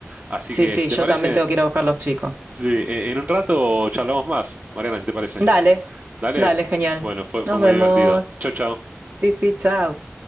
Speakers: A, on the right; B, on the right.
A: Así
B: Sí,
A: que,
B: sí,
A: si
B: yo
A: te parece...
B: también tengo que ir a buscar los chicos.
A: Sí, e- en un rato charlamos más, Mariana, si te parece.
B: Dale,
A: Dale.
B: dale, genial.
A: Bueno, fue,
B: Nos
A: fue muy
B: vemos.
A: divertido. Chau, chau.
B: Sí, sí, chao.